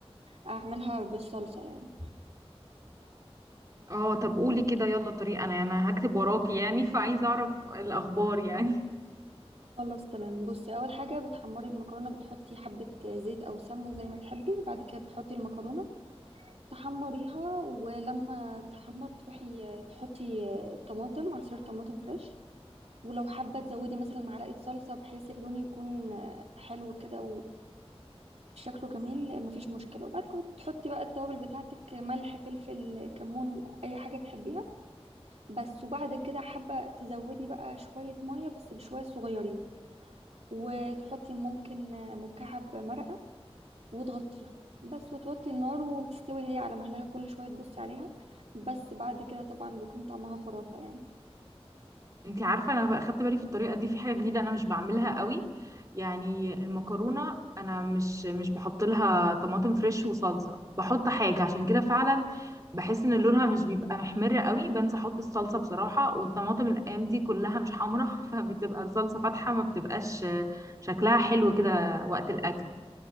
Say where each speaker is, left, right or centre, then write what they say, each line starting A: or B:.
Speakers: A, on the right; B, on the right.
A: اعملها بالصلصة يعني
B: اه طب قولي كده يلا الطريقه انا انا هكتب وراكي يعني فعايزه اعرف الاخبار يعني
A: خلاص تمام بصي اول حاجه بتحمري المكرونه بتحطي حبه زيت او سمنه زي ما تحبي بعد كده بتحطي المكرونه تحمريها ولما تحمر تروحي تحطي طماطم عصير طماطم فريش ولو حابه تزودي مثلا معلقه صلصه بحيث اللون يكون حلو كده وشكله جميل مفيش مشكله وبعد كده تحطي بقى التوابل بتاعتك ملح فلفل كمون اي حاجه تحبيها بس وبعد كده حابه تزودي بقى شويه ميه بس بشويه صغيرين وتحطي ممكن مكعب مرقة وتغطيها بس وتوطي النار وتستوي هي على مهلها كل شوية تبصي عليها بس بعد كده طبعا بيكون طعمها خرافة يعني
B: انت عارفه انا اخدت بالي في الطريقه دي في حاجه جديده انا مش بعملها قوي يعني المكرونه انا مش مش بحط لها طماطم فريش وصلصه بحط حاجه عشان كده فعلا بحس ان لونها مش بيبقى محمر قوي بنسى احط الصلصه بصراحه والطماطم الايام دي كلها مش حمراء <laughs> فبتبقى الصلصه فاتحه ما بتبقاش شكلها حلو كده وقت الاكل